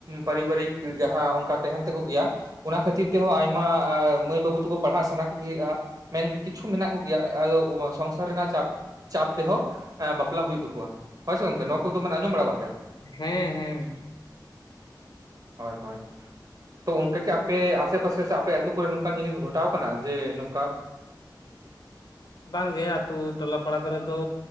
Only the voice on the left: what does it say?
ᱦᱮᱸ ᱦᱮᱸ ᱾
ᱵᱟᱝᱜᱮ ᱟᱹᱛᱩ ᱴᱚᱞᱟ ᱯᱟᱲᱟ ᱠᱚᱨᱮ ᱫᱚ